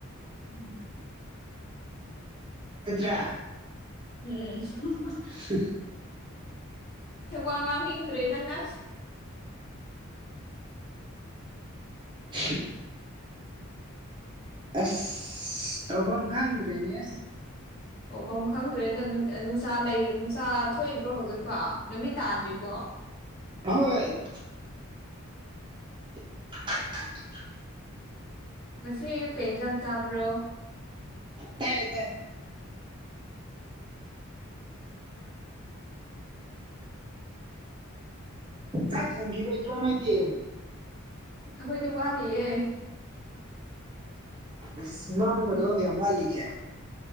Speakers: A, on the left; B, on the right.
A: ꯎꯝ꯫
B: ꯅꯠꯇ꯭ꯔꯥ꯫
A: ꯎꯝ
B: ꯁ <unintelligible>
A: ꯑꯦ ꯋꯥ ꯉꯥꯡꯅꯤꯡꯗ꯭ꯔꯦꯗ ꯅꯪ-ꯅꯪ
B: <inaudible> ꯑꯁ ꯇꯧꯐꯝ ꯈꯪꯗ꯭ꯔꯦꯅꯦꯁ
A: ꯇꯧꯐꯝ ꯈꯪꯗ꯭ꯔꯦ ꯅ ꯅꯨꯡꯁꯥ-ꯅꯨꯡꯁꯥ ꯊꯣꯛꯏꯕ꯭ꯔꯣ ꯍꯧꯖꯤꯛꯐꯥꯎ ꯅꯨꯃꯤꯠ ꯇꯥꯗ꯭ꯔꯤꯕꯣ
B: ꯍꯣꯏ <inaudible>
A: ꯉꯁꯤ ꯑꯌꯨꯛ ꯀꯩ ꯌꯦꯟꯖꯥꯡ ꯆꯥꯕ꯭ꯔꯣ꯫
B: ꯇꯥꯏꯌꯦ ꯇꯥꯏ꯫ <unintelligible> ꯆꯥꯛ ꯊꯨꯡꯒꯤꯔꯣꯏꯗ꯭ꯔꯣ ꯅꯣꯏꯗꯤ꯫
A: ꯑꯩꯈꯣꯏꯗꯤ ꯋꯥꯠꯂꯤꯌꯦ꯫
B: ꯏꯁ ꯃꯝꯒꯗꯣꯕ ꯀꯌꯥꯝ ꯋꯥꯠꯂꯤꯒꯦ꯫